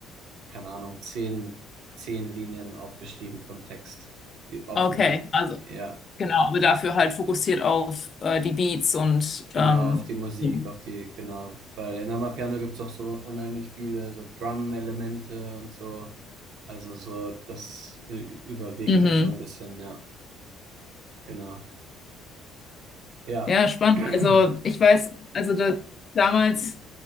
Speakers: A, on the right; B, on the left.
A: keine Ahnung, zehn, zehn Linien aufgeschrieben von Text äh, auf
B: Okay,
A: einem,
B: also
A: ja.
B: genau, aber dafür halt fokussiert auf äh, die Beats und
A: Genau,
B: ähm,
A: auf die Musik,
B: ja.
A: auf die, genau. Weil in Amapiano gibt's auch so unheimlich viele so Drum-Elemente und so. Also so, das äh, überwiegt
B: Mhm.
A: dann schon ein bisschen, ja, genau. Ja.
B: Ja, spannend.
A: <clears throat>
B: Also ich weiß, also da, damals,